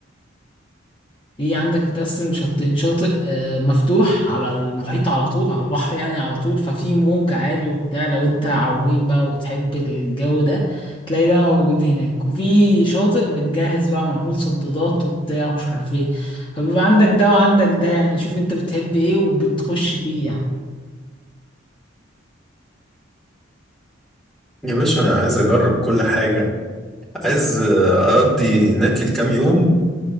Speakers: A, on the left; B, in the centre.
A: في عندك متقسم لشطين شاطئ آه، مفتوح على المحيط على طول على البحر يعني على طول ففي موج عالي وبتاع لو أنت عويم بقى وتحب الجو ده تلاقي ده موجود هناك وفي شاطئ متجهز بقى معمول صدادات وبتاع ومش عارف ايه فبيبقى عندك ده وعندك ده يعني شوف أنت بتحب ايه وبتخش فيه يعني
B: يا باشا أنا عايز أجرب كل حاجة عايز أقضي هناك الكام يوم